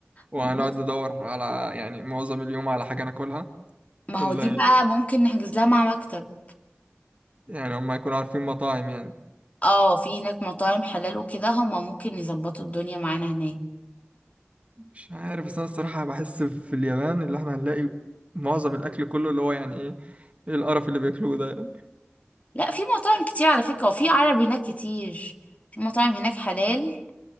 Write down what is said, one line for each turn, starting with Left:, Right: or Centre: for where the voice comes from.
Right: وهنقعد
Left: بس
Right: ندور على يعني معظم اليوم على حاجه ناكلها
Left: ما هو
Right: اللي
Left: دي بقى ممكن نحجز لها مع مكتب
Right: يعني هم يكونوا عارفين مطاعم يعني
Left: اه في هناك مطاعم حلال وكده هما ممكن يظبطوا الدنيا معانا هناك
Right: مش عارف بس انا الصراحه بحس في اليابان اللي احنا هنلاقي معظم الاكل كله اللي هو يعني ايه ايه القرف اللي بياكلوه ده
Left: لا في مطاعم كتير على فكرة وفي عرب هناك كتير في مطاعم هناك حلال